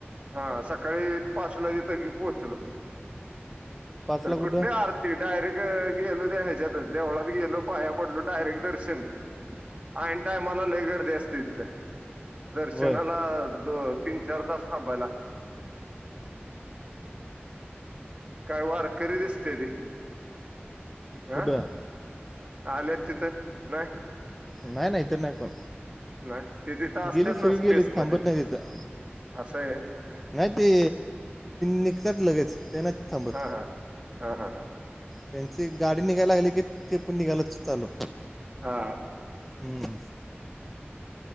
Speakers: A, on the right; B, in the centre.
A: हा सकाळी पाचला तिथ पोहोचलो
B: पाचला
A: तर
B: कुठं
A: कुठले आर त डारेक्ट गेलो ते ह्याच्याात देवळात गेलो. पाया पडलो डायरेक्ट दर्शन ऐनं टायमला लय गर्दी असते तिथं. दर्शनाला
B: होय
A: दो तीन चार तास थांबायला लाग काय वारकरी दिसते ती. हा
B: कुठं
A: आल्यात तिथं ना
B: नाही नाही इथं नाही कोण
A: नाही ते तिथं असतात
B: गेलीत
A: ना
B: सगळी
A: स्पेस
B: गेलीत
A: मध्ये
B: थांबत
A: ते.
B: नाहीत इथं
A: असं आहे
B: नाही ते निघतात लगेच त्या नाहीत थांबत.
A: हा हा, हा हा हा.
B: त्यांची गाडी निघायला लागली की, ते पण निघायलाच चालू
A: हा
B: हंम.